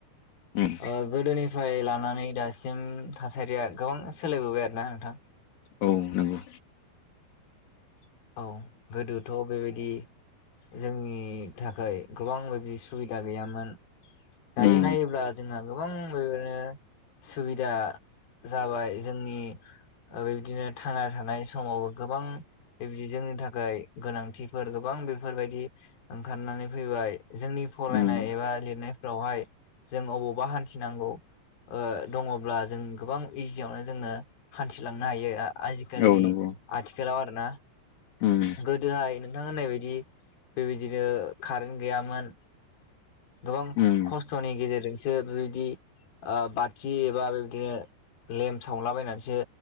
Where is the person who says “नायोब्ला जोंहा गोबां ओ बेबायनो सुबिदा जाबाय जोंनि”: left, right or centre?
Left